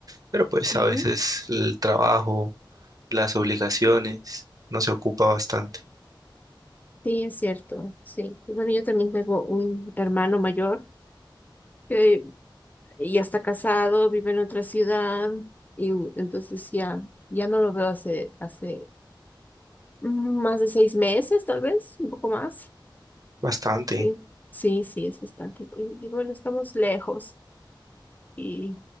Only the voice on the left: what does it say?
Ujú.
Sí, es cierto, sí. Y bueno, yo también tengo un hermano mayor. eh, ya está casado, vive en otra ciudad y u- entonces ya, ya no lo veo hace, hace mm, más de seis meses, tal vez, un poco más.
Sí, sí, sí, es bastante. Y, y bueno, estamos lejos y,